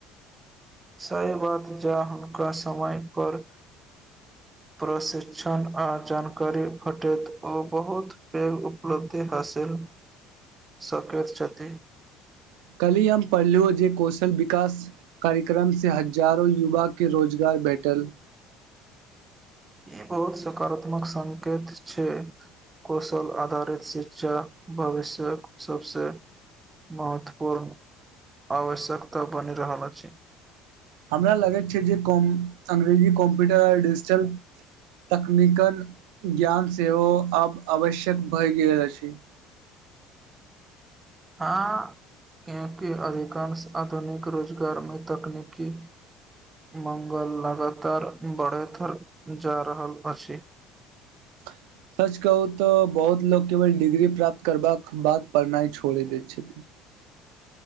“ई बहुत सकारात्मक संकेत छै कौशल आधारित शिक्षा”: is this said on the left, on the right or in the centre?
Right